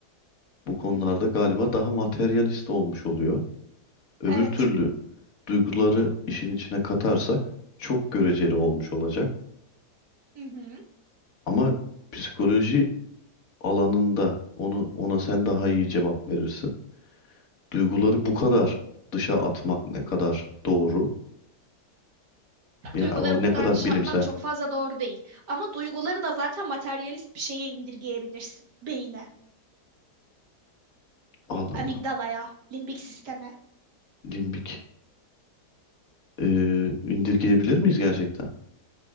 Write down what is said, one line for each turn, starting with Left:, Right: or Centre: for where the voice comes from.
Left: bu konularda
Right: Hı hı.
Left: galiba daha materyalist olmuş oluyor. Öbür
Right: Evet.
Left: türlü duyguları işin içine katarsak çok göreceli olmuş olacak.
Right: Hı hı.
Left: Ama psikoloji alanında onu ona sen daha iyi cevap verirsin. Duyguları bu kadar dışa atmak ne kadar doğru? Ya
Right: Duyguları
Left: o
Right: bu
Left: ne
Right: kadar
Left: kadar
Right: dışa
Left: bilimsel.
Right: atmak çok fazla doğru değil. Ama duyguları da zaten materyalist bir şeye indirgeyebilirsin. Beyine,
Left: Allah Allah.
Right: amigdalaya, limbik sisteme.
Left: Limbik. Ee, indirgeyebilir miyiz gerçekten?